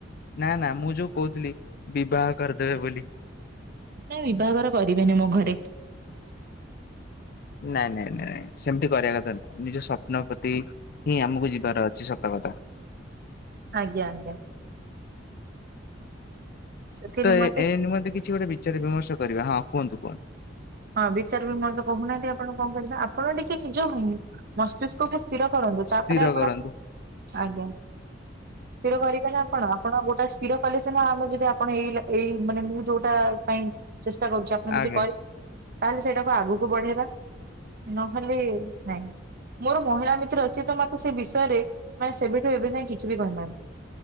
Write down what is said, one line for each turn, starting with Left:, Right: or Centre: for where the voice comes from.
Left: ନା ନା ମୁଁ ଯୋଉ କହୁଥିଲି ବିବାହ କରିଦେବେ ବୋଲି।
Right: ନା ବିବାହଘର କରିବେନି ମୋ ଘରେ।
Left: ନାଇଁ ନାଇଁ ନାଇଁ ସେମିତି କରିଆ କଥା ନୁହଁ ନିଜ ସ୍ୱପ୍ନ ପ୍ରତି ହିଁ ଆମୁକୁ ଯିବାର ଅଛି ସତ କଥା।
Right: ଆଜ୍ଞା ଆଜ୍ଞା। ସେଥି
Left: ତ
Right: ନିମନ୍ତେ
Left: ଏ-ଏ ନିମନ୍ତେ କିଛି ଗୋଟେ ବିଚାର ବିମର୍ଶ କରିବା ହଁ କୁହନ୍ତୁ କୁହନ୍ତୁ।
Right: ହଁ ବିଚାର ବିମର୍ଶ କହୁନାହାନ୍ତି ଆପଣ କଣ କରିବା ଆପଣ ଟିକେ ନିଜ ମସ୍ତିଷ୍କକୁ ସ୍ଥିର କରନ୍ତୁ ତାପରେ
Left: ସ୍ଥିର
Right: ଆପଣ
Left: କରନ୍ତୁ
Right: ଆଜ୍ଞା। ସ୍ଥିର କରିବେ ହିଁ ଆପଣ ଆପଣ ଗୋଟା ସ୍ଥିର କଲେ ସିନା ଆମେ ଯଦି ଆପଣ ଏଇ ଏଇ ମାନେ ମୁଁ ଯୋଉଟା ପାଇଁ ଚେଷ୍ଟା କରୁଛି ଆପଣ ଯଦି
Left: ଆଜ୍ଞା
Right: କ ତାହେଲେ ସେଇଟାକୁ ଆଗୁକୁ ବଢେଇବା ନହେଲେ ନାଇଁ। ମୋର ମହିଳା ମିତ୍ର ସିଏ ତ ମତେ ସେ ବିଷୟରେ ମାନେ ସେବେଠୁ ଏବେଯାଏଁ କିଛି ବି କହିନାହାନ୍ତି।